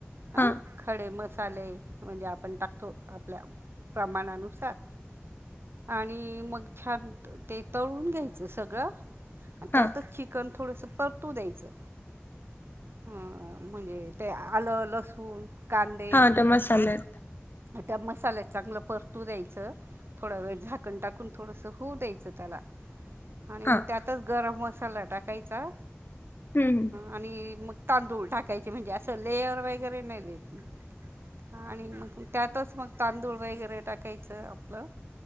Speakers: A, on the right; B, on the left.
A: हं,
B: हा
A: खडे मसाले म्हणजे आपण टाकतो आपल्या प्रमाणानुसार आणि मग छान त ते, तळून घ्यायचं सगळं. त्यातंच
B: हा
A: चिकन थोडंसं पर तू द्यायचं. अ म्हणजे ते आलं, लसूण कांदे
B: हा, ते मसालेत-
A: त्या मसाल्यात चांगलं परतू द्यायचं थोडा वेळ झाकण टाकून, थोडसं होऊ द्यायचं त्याला. आणि मग
B: हा
A: त्यातच गरम मसाला टाकायचा.
B: हम् हम.
A: आणि मग तांदूळ टाकायचे म्हणजे असं लेयर वगैरे नाही द्यायची. हा आणि मग त्यातच मग तांदूळ वगैरे टाकायचं आपलं